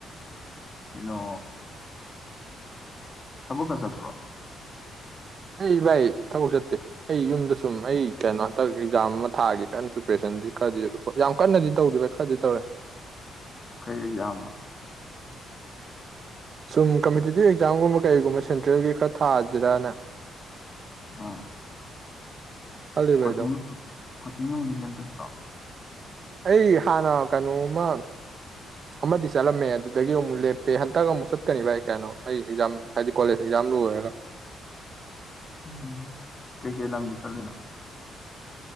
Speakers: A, on the left (about 35°); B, on the right (about 50°).
A: ꯀꯩꯅꯣ ꯊꯕꯛꯀ ꯆꯠꯄ꯭ꯔꯣ
B: ꯑꯩ ꯚꯥꯏ ꯊꯕꯛ ꯆꯠꯇꯦ ꯑꯩ ꯌꯨꯝꯗ ꯁꯨꯝ ꯑꯩ ꯀꯩꯅꯣ ꯍꯟꯇꯛ ꯑꯦꯛꯖꯥꯝ ꯑꯃ ꯊꯥꯒꯦ ꯀꯟꯅ ꯄ꯭ꯔꯤꯄꯦꯔꯦꯁꯟꯗꯤ ꯈꯔꯗꯤ ꯍꯣꯏ ꯌꯥꯝ ꯀꯟꯅꯗꯤ ꯇꯧꯗꯦ ꯚꯥꯏ ꯈꯔꯗꯤ ꯇꯧꯔꯦ
A: ꯀꯩ ꯑꯦꯛꯖꯥꯝ ꯅ
B: ꯁꯨꯝ ꯀꯝꯄꯤꯇꯤꯇꯤꯞ ꯑꯦꯛꯖꯥꯝꯒꯨꯝꯕ ꯀꯩꯒꯨꯝꯕ ꯁꯦꯟꯇ꯭ꯔꯦꯜꯒꯤ ꯈꯔ ꯊꯥꯁꯤꯔꯅ
A: ꯑꯥ
B: ꯈꯜꯂꯤꯕ
A: ꯀꯣꯆꯤꯡ
B: ꯑꯩꯗꯣ
A: ꯀꯣꯆꯤꯡꯗꯤ ꯈꯦꯦꯜꯁꯇ꯭ꯔꯥ
B: ꯑꯩ ꯍꯥꯟꯅ ꯀꯩꯅꯣꯃ ꯑꯃꯗꯤ ꯆꯠꯂꯝꯃꯦ ꯑꯗꯨꯗꯒꯤ ꯑꯃꯨꯛ ꯂꯦꯞꯄꯦ ꯍꯟꯗꯛ ꯑꯃꯨꯛ ꯆꯠꯀꯅꯤ ꯚꯥꯏ ꯀꯩꯅꯣ ꯑꯩ ꯑꯦꯛꯖꯥꯝ ꯍꯥꯏꯗꯤ ꯀꯣꯂꯦꯖ ꯑꯦꯛꯖꯥꯝ ꯂꯣꯏꯔꯒ
A: ꯎꯝ ꯒꯤꯦ ꯂꯪꯗꯨ ꯆꯂꯅꯣ